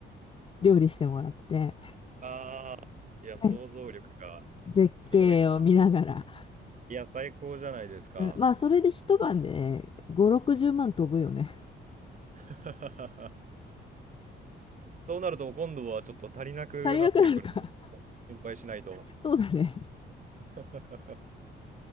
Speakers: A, on the left (about 25°); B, on the right (about 40°).
A: 料理してもらって、
B: あ、いや、想像力がすごいな。
A: <laughs> ね絶景を見ながら。
B: いや、最高じゃないですか。
A: うんまあ、それで一晩で5、60万飛ぶよね。
B: <laughs> そうなると今度はちょっと足りなくなってくる。
A: 足りなくなるか。
B: 心配しないと。
A: そうだね。<laughs>
B: <laughs>